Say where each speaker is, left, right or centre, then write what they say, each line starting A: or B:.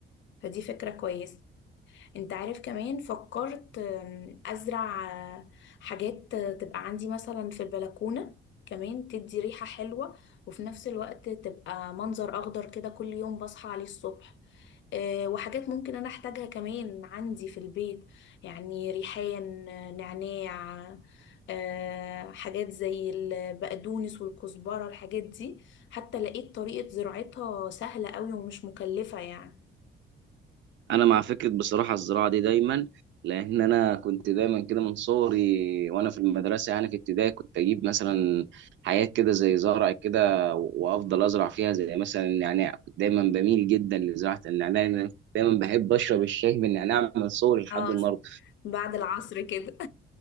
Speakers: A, on the left; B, on the right.
A: فدي فكرة كويسة انت عارف كمان فكرت آم، ازرع آه، حاجات آه، تبقى عندي مثلا في البلكونة كمان تدي ريحة حلوة وفي نفس الوقت تبقى منظر اخضر كده كل يوم بصحى عليه الصبح آه، وحاجات ممكن انا احتاجها كمان عندي في البيت يعني ريحان آه، نعناع آه، حاجات زي البقدونس والكزبرة الحاجات دي حتى لقيت طريقة زراعتها سهلة قوي ومش مكلفة يعني
B: انا مع فكره بصراحه الزراعه دي دايما لان انا كنت دايما كده من صغري وانا في المدرسه يعني في ابتدائي كنت اجيب مثلا حاجات كده زي زرع كده وافضل ازرع فيها زي مثلا النعناع كنت دايما بميل جدا لزراعه النعناع لأن انا كنت دايما بحب اشرب الشاي بالنعناع من صغري لحد
A: اه
B: النهارده
A: بعد العصر كده